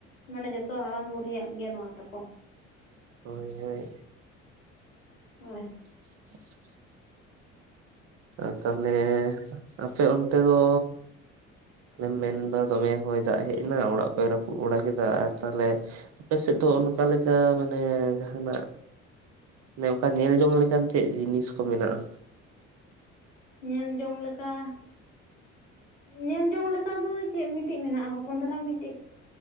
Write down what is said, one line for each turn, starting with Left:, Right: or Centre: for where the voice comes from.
Left: ᱢᱟᱱᱮ ᱡᱚᱛᱚ ᱦᱟᱲᱟᱢ ᱵᱩᱲᱦᱤᱭᱟᱜ ᱜᱮ ᱱᱚᱣᱟ ᱛᱟᱠᱚ <inaudible>
Right: ᱦᱳᱭ ᱦᱳᱭ
Left: ᱦᱳᱭ
Right: <inaudible> ᱟᱨ ᱛᱟᱦᱞᱮ ᱟᱯᱮ ᱚᱱᱛᱮ ᱫᱚ ᱮ ᱢᱮᱱᱫᱟ ᱫᱚᱢᱮ ᱦᱚᱭ ᱫᱟᱜ ᱦᱮᱡ ᱮᱱᱟ ᱚᱲᱟᱜ ᱯᱮ ᱨᱟᱹᱯᱩᱫ ᱵᱟᱲᱟ ᱠᱮᱫᱟ ᱟᱨ ᱛᱟᱦᱮ ᱟᱯᱮ ᱥᱮᱫ ᱫᱚ ᱚᱱᱠᱟ ᱞᱮᱠᱟ ᱢᱟᱱᱮ ᱡᱟᱦᱟᱱᱟᱜ ᱟᱱᱮ ᱚᱱᱠᱟ ᱧᱮᱞ ᱡᱚᱝ ᱞᱮᱠᱟᱱ ᱪᱮᱫ ᱡᱤᱱᱤᱥ ᱠᱚ ᱢᱮᱱᱟᱜᱼᱟ
Left: ᱧᱮᱞ ᱡᱚᱝ ᱞᱮᱠᱟ ᱧᱮᱞ ᱡᱚᱝ ᱞᱮᱠᱟ ᱫᱚ ᱪᱮᱫ ᱢᱤᱫᱴᱤᱱ ᱢᱮᱱᱟᱜᱼᱟ ᱦᱚᱯᱚᱱ ᱫᱷᱟᱨᱟ ᱢᱤᱫᱴᱤᱡ